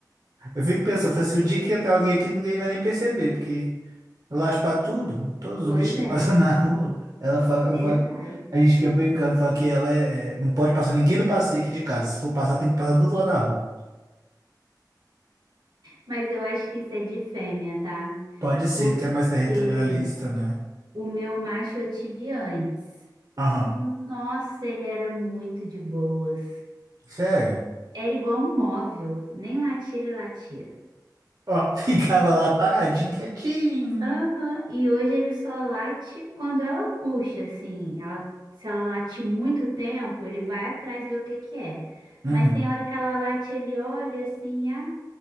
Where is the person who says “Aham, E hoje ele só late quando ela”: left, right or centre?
Right